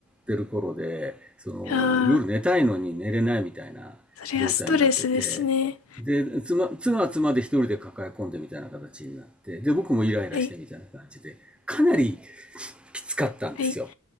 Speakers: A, in the centre; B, on the left.
A: てる頃で、その夜寝たいのに寝れないみたいな状態になってて、
B: ああ、それはストレスですね。
A: で、妻、妻は妻で一人で抱え込んでみたいな形になって、で、僕もイライラしてみたいな感じで、
B: はい、
A: かなり <laughs> きつかったんですよ。
B: はい。